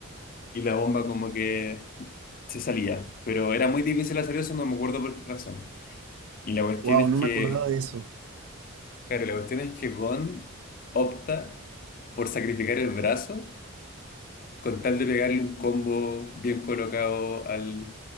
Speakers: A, on the left (about 40°); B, on the right (about 80°).
A: y la bomba como que se salía. Pero era muy difícil hacer eso, no me acuerdo por qué razón. Y la cuestión
B: Wow,
A: es
B: no
A: que...
B: me acordaba de eso.
A: Claro, la cuestión es que Gon opta por sacrificar el brazo con tal de pegarle un combo bien colocado al,